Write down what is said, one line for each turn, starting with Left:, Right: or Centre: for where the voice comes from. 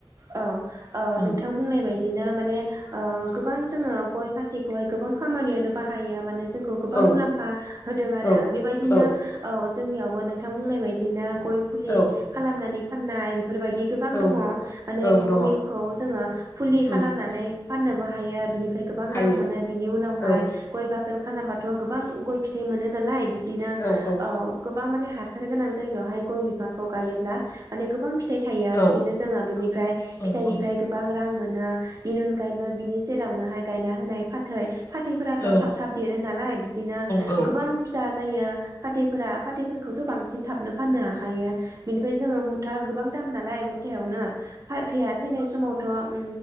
Right: औ ओ
Left: औ
Right: नोंथां बुंनाय बायदिनो माने ओ गोबां जोङो गय फा थैखौहाय गोबां खामानियावानो बाहायो माने जोंखौ गोबां
Left: औ
Right: मुलाम्फा होदों आरो
Left: औ
Right: बेबायदिनो
Left: औ
Right: औ जोंनियावबो नोंथां बुंनाय बायदिनो गय फुलि
Left: औ
Right: खालामनानै फान्नाय बेफोरबायदि गोबां
Left: औ
Right: दङ माने
Left: औ दङ
Right: गयखौ जोङो फुलि खालामनानै
Left: उम
Right: फान्नोबो हायो बिनि फाय गोबां
Left: हायो
Right: रां मोनो। बिनि उनावहाय
Left: औ
Right: गय बागान खालामबाथ गोबां गय फिथाइ मोनो नालाय बि दिनो ओ
Left: औ औ
Right: गोबां माने हासार गोनां जायगायावहाय गय बिफांखौ गायोब्ला माने गोबां फिथाइ थायो
Left: औ
Right: बिदिनो जोङो बिनि फ्राय
Left: औ
Right: फिथाइनिफ्राय
Left: औ
Right: गोबां रां मोन। ो बेनि अनगा यैबो बिनि सेरावनोहाय गायना होनाय फाथ थै फाथैफोराथ
Left: औ
Right: थाब थाब देरो नालाय बिदिनो
Left: औ
Right: गोबां बुरजा जायो। फाथैफोरा फाथैफोरखौथ बांसिन थाबनो फान्नो हाखायो। बेनिफ्राय जोङो मुथा गोबां दाम नालाय थायावनो फाथैया थैनाय समाव थ उम